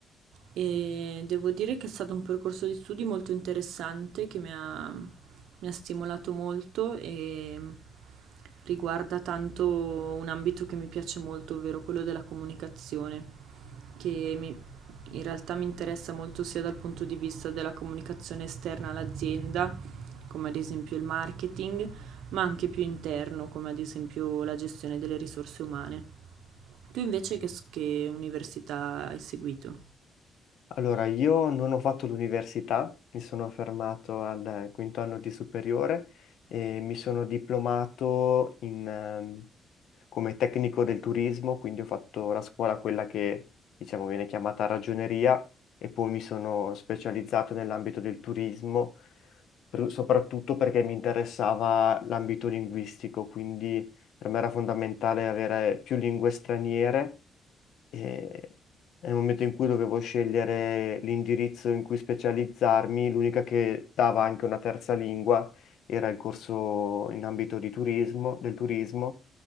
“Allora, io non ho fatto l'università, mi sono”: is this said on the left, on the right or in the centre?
Left